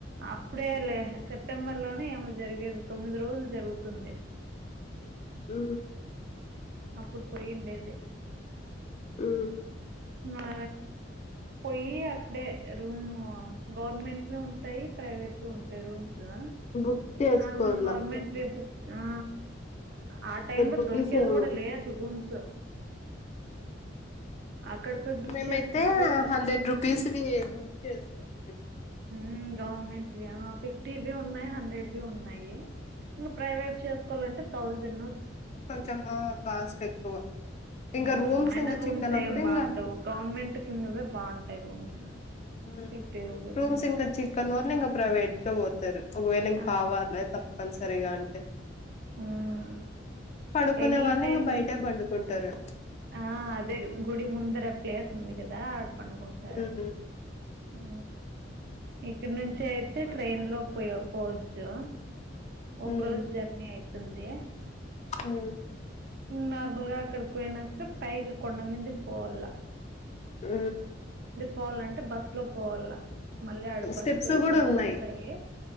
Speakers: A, on the right (about 55°); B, on the left (about 35°).
A: అప్పుడే లే సెప్టెంబర్ ఏమో జరిగేది తొమ్మిది రోజులు జరుగుతుంది
B: ఉ
A: అప్పుడు పొయ్యి ఉండేది
B: ఉ
A: నా పోయి అక్కడే రూము గవర్నమెంట్ ఉంటాయి ప్రైవేట్ ఉంటాయి రూమ్స్ హలో
B: బుక్ చేసుకోల.
A: నార్మల్ గవర్నమెంట్ ఆ ఆ టైమ్ లో
B: రూపీస్
A: దొరికేది
B: ఏమో.
A: కూడా లేదు రూమ్స్ అక్కడ పోయి బుక్
B: మేమైతే
A: చేసుకున్నా కూడా కష్టమే
B: హండ్రెడ్ రూపీస్ బుక్ చేసుకోనుంటిమీ
A: ఉ గవర్నమెంట్ ఫిఫ్టీ బి ఉన్నాయి హండ్రెడ్ బి ఉన్నాయి ఇంకా ప్రైవేట్ చేసుకోవాలంటే థౌసండ్
B: కొంచము కాస్ట్ ఎక్కువ ఇంక
A: ఉ
B: రూమ్స్
A: అయినా
B: ఇంగ
A: రూమ్స్
B: చిక్కనప్పుడు
A: ఏం
B: ఇంగ
A: బాగుండవు గవర్నమెంట్ కిందవే బాగుంటాయి రూమ్స్
B: ఉ
A: ఫిఫ్టీ రూపీస్
B: రూమ్స్
A: అయినా
B: ఇంకా చిక్కన నోళ్లు ఇంకా ప్రవేట్ కే పోతారు ఒకవేళ ఇంకా
A: ఆ
B: కావాలి తప్పని సరిగా అంటే
A: ఉమ్
B: పడుకునే
A: ఎనీ
B: వాళ్ళ
A: టైమ్
B: ఇంకా బయటే పండు చేసుకుంటారా
A: ఆ అదే గుడి ముందర ప్లేస్ ఉంది కదా పడుకుంటారు
B: హ్మ్.
A: ఉ ఇక్కడ నుంచి అయితే ట్రైన్ లో పోయ పోవచ్చు ఒక
B: హ్మ్.
A: రోజు జర్నీ అయితుంది
B: హ్మ్.
A: నార్ ముందుగా అక్కడికి పోయినాక పైకి కొండమంది పోలా
B: ఉ
A: పోవాలంటే బస్ లో పోవాల మళ్ళీ ఆడ బస్సు
B: స్టెప్స్ కూడా
A: బస్సు
B: ఉన్నాయి
A: వస్తాయి